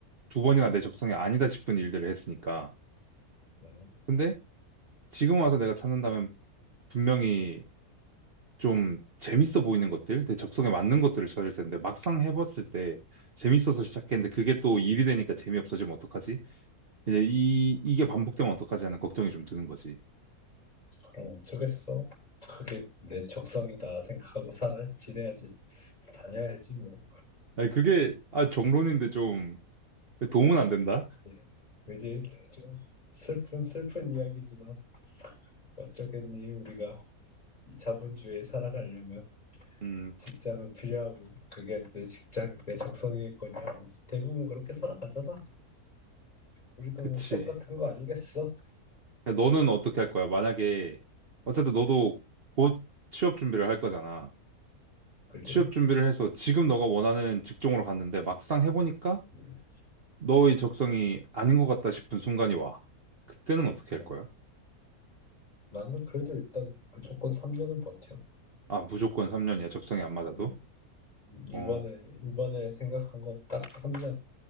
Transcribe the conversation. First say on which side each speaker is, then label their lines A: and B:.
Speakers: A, on the right; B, on the left.
A: 두 번이나 내 적성이 아니다 싶은 일들을 했으니까.
B: 음,
A: 근데 지금 와서 내가 찾는다면 분명히 좀 재밌어 보이는 것들, 내 적성에 맞는 것들을 찾을 텐데 막상 해봤을 때 재밌어서 시작했는데 그게 또 일이 되니까 재미없어지면 어떡하지? 이제 이, 이게 반복되면 어떡하지 하는 걱정이 좀 드는 거지.
B: 그럼 어쩌겠어? 그게 내 적성이다 생각하고 살아 지내야지 다녀야지 뭐
A: 아니, 그게, 아, 정론인데 좀 도움은 안 된다?
B: 예. 그지? 좀 슬픈 슬픈 이야기지만 어쩌겠니 우리가 이 자본주의에 살아가려면
A: 음,
B: 직장은 필요하고 그게 내 직장, 내 적성이겠거냐고. 대부분 그렇게 살아가잖아. 우리도
A: 그치.
B: 뭐 똑같은 거 아니겠어?
A: 너는 어떻게 할 거야? 만약에, 어쨌든 너도 곧 취업 준비를 할 거잖아.
B: 그지?
A: 취업 준비를 해서 지금 너가 원하는 직종으로 갔는데 막상 해보니까
B: 음,
A: 너의 적성이 아닌 것 같다 싶은 순간이 와. 그때는 어떻게
B: 음.
A: 할 거야?
B: 나는 그래도 일단 무조건 3년은 버텨.
A: 아, 무조건 3년이야. 적성이 안 맞아도.
B: 음, 이번에
A: 어,
B: 이번에 생각한 거 딱 3년.